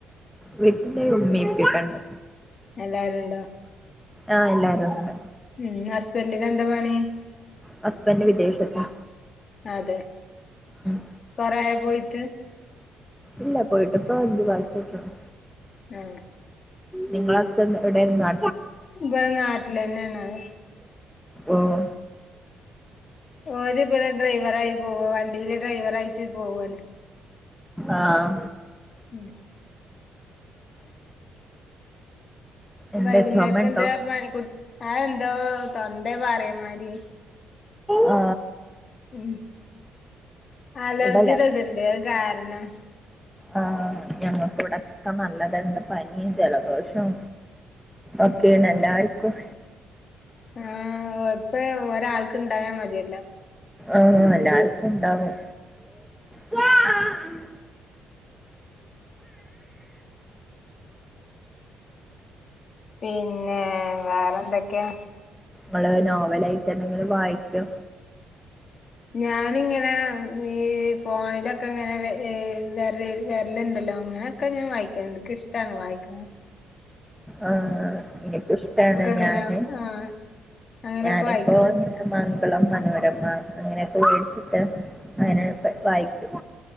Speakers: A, in the centre; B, on the left.
A: വീട്ടില് ഉമ്മി പ്പി കണ്ട്.
B: എല്ലാരുണ്ടോ?
A: ആഹ് എല്ലാരുണ്ട്
B: ഉം ഹസ്ബന്റ്ന് എന്താ പണി?
A: ഹസ്ബൻഡ് വിദേശത്താ
B: അതെ
A: ഉം
B: കൊറേ ആയോ പോയിട്ട്?
A: ഇല്ല പോയിട്ട്പ്പൊ അഞ്ചു മാസായ്ട്ടൊള്ളു.
B: ആഹ്
A: നിങ്ങളെ ഹസ്ബന്റ് എടേണ് നാ
B: വെ നാട്ടിലെന്നെണഹ്.
A: ഓഹ്
B: ഓര് പിന്നെ ഡ്രൈവറായി പോവ് വണ്ടിയിലെ ഡ്രൈവർായിട്ട് പോവാണ്.
A: ആഹ്
B: ഉം
A: എന്താ
B: വൈകുന്നേരത്തെന്താ
A: ചുമ ഉണ്ടോ
B: പണിക്കുട്ടി ആ എന്താ തൊണ്ട പാറിയമാരി
A: ആ
B: ഉം അലർജിടെത്ണ്ട്
A: ഇവിടെ
B: അത് കാരണം
A: ആ ഞങ്ങക്ക് വടൊക്കെ നല്ല തൊണ്ട പനിം ജലദോഷം ഒക്കെണ് എല്ലാര്ക്കും
B: ആ ഇപ്പ ഒരാൾക്ക് ഇണ്ടായാ മതിയല്ലോ
A: ആഹാ എല്ലാർക്കും ണ്ടാവും <unintelligible>
B: പിന്നെ വേറെന്തൊക്കെ
A: ങ്ങള് നോവലായിറ്റെന്തെങ്കിലും വായിക്കോ
B: ഞാനിങ്ങന ഈ ഫോണിലൊക്ക ഇങ്ങന വെ വെരലി വെര്ല്ണ്ട അങ്ങനൊക്ക ഞാൻ വായിക്കല്ണ്ട് ഇൻക്ക് ഇഷ്ട്ടാണ് വായിക്ക്ണത്
A: ആ ഇൻക്കിഷ്ടാണ്
B: ഇങ്ങനെ
A: ഞാന്
B: ആഹ് അങ്ങനെയൊക്കെ
A: ഞാന്പ്പോ
B: വായിക്കലുണ്ട്
A: ഇങ്ങനെ മംഗ ളം, മനോരമ അങ്ങനൊക്കെ വേടിച്ചിട്ട് അങ്ങനെ വായിക്കും